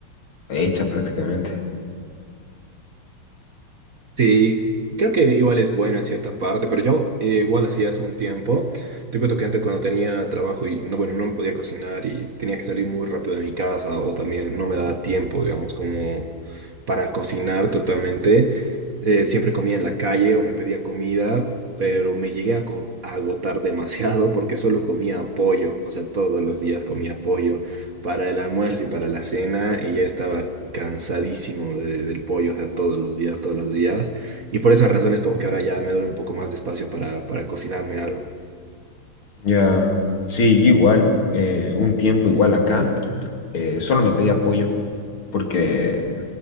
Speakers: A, on the left (about 70°); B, on the right (about 45°).
A: hecha prácticamente.
B: Sí, creo que igual es bueno en cierta parte, pero yo eh, igual hacía hace un tiempo. Te cuento que antes cuando tenía trabajo y no, bueno, no me podía cocinar y tenía que salir muy rápido de mi casa o también no me daba tiempo, digamos, como para cocinar totalmente. eh, siempre comía en la calle o me pedía comida, pero me llegué a ago- a agotar <laughs> demasiado porque solo comía pollo, o sea, todos los días comía pollo. Para el almuerzo y para la cena, ella estaba cansadísimo de- del pollo, o sea, todos los días, todos los días. Y por esas razones, como que ahora ya me doy un poco más de espacio para, para cocinarme algo.
A: Ya, sí, yo igual, eh, un tiempo igual acá, eh, solo me pedía pollo porque